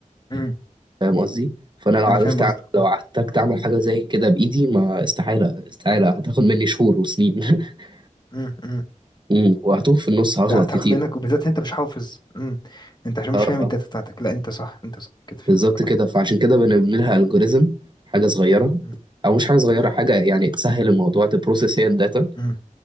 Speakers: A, on the left; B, on the right.
A: امم
B: فاهم قصدي فانا لو عرفت
A: انا فاهم
B: أع-
A: قصدك
B: لو احتجت اعمل حاجه زي كده بايدي ما استحاله استحاله هتاخد مني شهور وسنين <laughs>
A: امم
B: مم، وهتوه في النص هغلط
A: لا تاخد
B: كتير
A: منك وبالذات انت مش حافظ امم انت عشان
B: اه
A: مش فاهم
B: آه،
A: الداتا بتاعتك لا انت صح انت صح كده فهمتك
B: بالظبط كده
A: اه
B: فعشان كده بنعمل لها الجوريزم حاجه صغيره
A: مم.
B: او مش حاجه صغيره
A: مم.
B: حاجه يعني تسهل الموضوع تبروسس هي الداتا
A: مم.